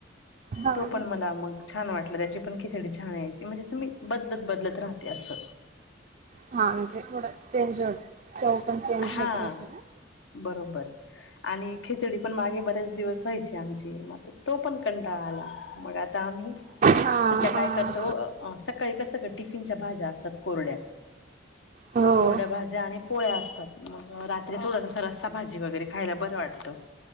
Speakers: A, on the right; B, on the left.
A: हो
B: तो पण मला मग छान वाटला त्याची पण खिचडी छान व्हायची म्हणजे अस मी बदलत राहते असं
A: हा म्हणजे थोडं चेंज चव पण चेंज
B: हा
A: होते ना
B: बरोबर आणि खिचडी पण मागे बरेच दिवस व्हायची आमची मग आता तो पण कंटाळ आला मग आता आम्ही
A: हा
B: सध्या
A: हा.
B: काय करतो सकाळी कस गं टिफिनच्या भाज्या असतात कोरड्या त्या
A: हो.
B: कोरड्या भाज्या आणि पोळ्या असतात मग रात्री थोडस असं रस्सा भाजी वगैरे खायला बरं वाटतं